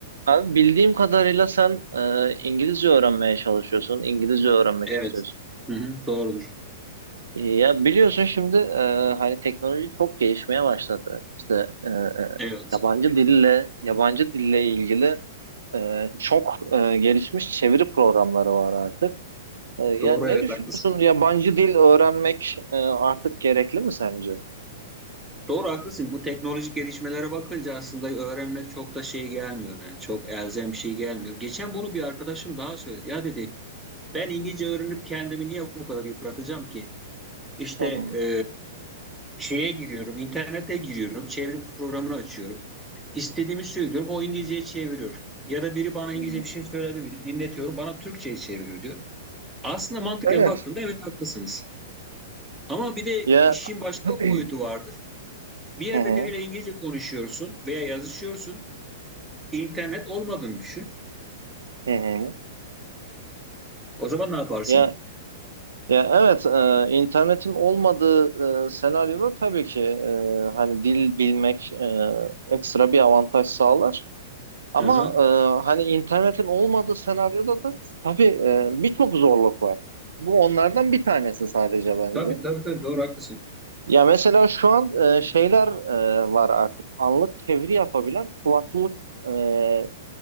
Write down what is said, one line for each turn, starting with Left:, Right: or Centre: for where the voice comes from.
Right: Abi bildiğim kadarıyla sen e, İngilizce öğrenmeye çalışıyorsun, İngilizce öğrenmek
Centre: Evet.
Right: istiyorsun.
Centre: Hı hı, doğrudur.
Right: E, ya biliyorsun şimdi e, hani teknoloji çok gelişmeye başladı. İşte e, e,
Centre: Evet.
Right: yabancı dille, yabancı dille ilgili e, çok e, gelişmiş çeviri programları var artık. E, yani
Centre: Doğru
Right: ne
Centre: evet
Right: düşünüyorsun?
Centre: haklısın.
Right: Yabancı dil öğrenmek e, artık gerekli mi sence?
Centre: Doğru haklısın. Bu teknolojik gelişmelere bakınca aslında öğrenmek çok da şey gelmiyor yani çok elzem bir şey gelmiyor. Geçen bunu bir arkadaşım daha söyledi. Ya dedi ben İngilizce öğrenip kendimi niye bu kadar yıpratacağım ki? İşte
Right: Hı hı.
Centre: e, şeye giriyorum, internete giriyorum, çeviri programını açıyorum. İstediğimi söylüyorum, o İngilizceyi çeviriyor. Ya da biri bana
Right: Hı
Centre: İngilizce
Right: hı.
Centre: bir şey söyledi mi? Dinletiyorum, bana Türkçe'ye çeviriyor diyor. Aslında mantıken
Right: Evet.
Centre: baktığımda evet haklısınız. Ama bir de
Right: Ya.
Centre: işin
Right: <clears throat>
Centre: başka
Right: Hı hı.
Centre: boyutu vardır. Bir yerde
Right: Hı
Centre: biriyle İngilizce konuşuyorsun veya yazışıyorsun. İnternet olmadığını düşün.
Right: hı. Hı hı.
Centre: O zaman ne yaparsın?
Right: Ya Ya evet, e, internetin olmadığı e, senaryoda tabii ki e, hani dil bilmek e, ekstra bir avantaj sağlar. Ama
Centre: Hı hı.
Right: e, hani internetin olmadığı senaryoda da tabii e, birçok zorluk var. Bu onlardan bir tanesi sadece bence.
Centre: Tabii tabii tabii doğru haklısın.
Right: Ya mesela şu an e, şeyler e, var artık. Anlık çeviri yapabilen kulaklık e,